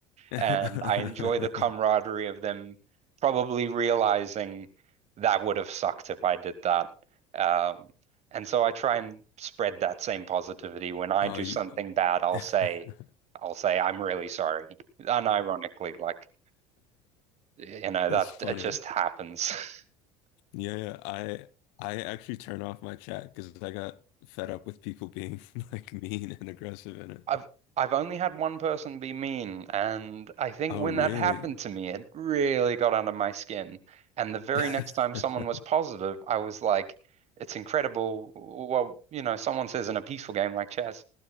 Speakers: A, on the left; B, on the right.
A: <laughs>
B: And I enjoy the camaraderie of them probably realizing that would have sucked if I did that. Um, and so I try and spread that same positivity. When I
A: Oh,
B: do
A: you...
B: something bad, I'll say,
A: <laughs>
B: I'll say, I'm really sorry. Unironically, like, you know,
A: That's
B: that
A: funny.
B: it just happens. <laughs>
A: Yeah, yeah. I I actually turn off my chat because I got fed up with people being <laughs> like mean and aggressive in it.
B: I've I've only had one person be mean, and I think
A: Oh,
B: when
A: really?
B: that happened to me, it really got under my skin. And the very
A: <laughs>
B: next time someone was positive, I was like, it's incredible. Well, you know, someone says in a peaceful game like chess,